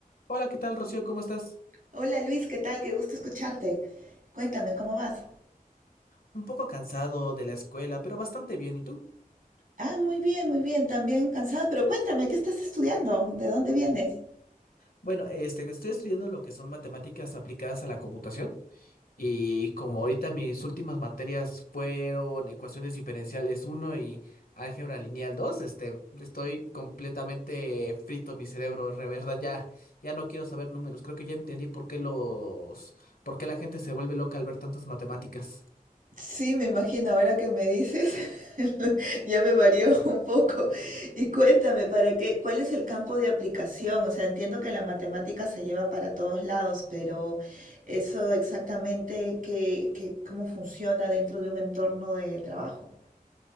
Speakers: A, on the left; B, on the right.
A: Hola, ¿qué tal, Rocío? ¿Cómo estás?
B: Hola Luis, ¿qué tal? Qué gusto escucharte. Cuéntame, ¿cómo vas?
A: Un poco cansado de la escuela, pero bastante bien. ¿Y tú?
B: Ah, muy bien, muy bien, también cansada, pero cuéntame, ¿qué estás estudiando? ¿De dónde vienes?
A: Bueno, este, estoy estudiando lo que son matemáticas aplicadas a la computación y como ahorita mis últimas materias fueron ecuaciones diferenciales uno y álgebra lineal dos, este, estoy completamente frito mi cerebro, de verdad, ya, ya no quiero saber números. Creo que ya entendí por qué los, por qué la gente se vuelve loca al ver tantas matemáticas.
B: Sí, me imagino, ahora que me dices, <laughs> ya me varió un poco. Y cuéntame, ¿para qué? ¿Cuál es el campo de aplicación? O sea, entiendo que la matemática se lleva para todos lados, pero eso exactamente, ¿qué, qué- cómo funciona dentro de un entorno de trabajo?